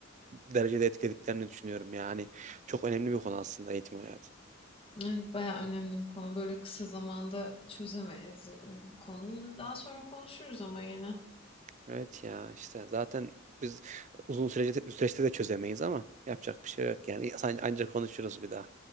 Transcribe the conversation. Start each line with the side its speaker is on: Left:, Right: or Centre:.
Right: derecede etkilediklerini düşünüyorum. Yani çok önemli bir konu aslında eğitim hayatı.
Left: Evet, bayağı önemli bir konu. Böyle kısa zamanda çözemeyiz e, bu konuyu. Daha sonra konuşuruz ama yine.
Right: Evet ya işte zaten biz uzun sürece, süreçte de çözemeyiz ama yapacak bir şey yok yani. San- Ancak konuşuruz bir daha.